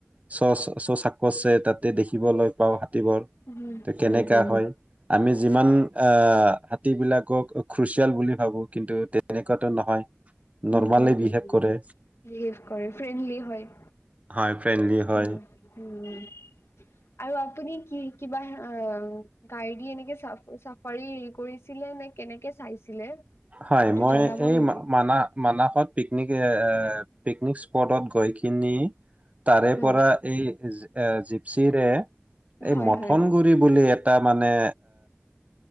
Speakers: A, on the right; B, on the left.
A: চ চ চাকছে তাতে দেখিবলৈ পাও হাতীবোৰ
B: উম
A: ত
B: হম
A: কেনেকুৱা
B: হম হম
A: হয় আমি যিমান অ হাতীবিলাকক খুচিয়াল বুলি ভাবো কিন্তু তেনেকুৱাটো নহয় নৰ্মালি
B: উম বিহেৱ
A: বিহেভ কৰে
B: কৰে ফ্ৰেণ্ডলি হয়
A: হয় ফ্ৰেণ্ডলি হয়
B: উম উম আৰু আপুনি কি কিবা অ গাড়ী দি এনেকে চাফ চাফাৰী হেৰি কৰিছিলে নে কেনেকে চাইছিলে
A: হয়
B: সেইটো
A: মই
B: জনাব
A: এই
B: নেকি
A: মানা মানাসত পিকনিক এ পিকনিক স্পটত গৈকিনি তাৰে
B: হয়
A: পৰা এই এ জিপচিৰে এই
B: হয়
A: মথন
B: হয়
A: গুৰি বুলি এটা মানে